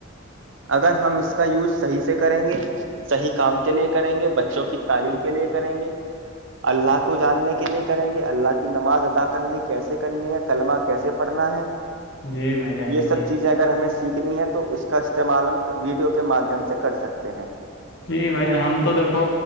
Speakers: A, on the right; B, on the left.
A: اگر ہم اس کا یوز صحیح سے کریں گے صحی کام کے لیے کریں گے بچوں کی تعلیم کے لیے کریں گے اللہ کو جاننے کے لیے کریں گے اللہ کی نماز ادا کرنی کیسے کرنی ہے کلمہ کیسے پڑھنا ہے
B: جی بھائی جان
A: یہ سب
B: جی
A: چیزیں اگر ہمیں سیکھ نہیں ہے تو اس کے کا استعمال ہم ویڈیو مادھیم سے کر سکتے ہیں
B: جی بھائی ج ہم تو دیکھو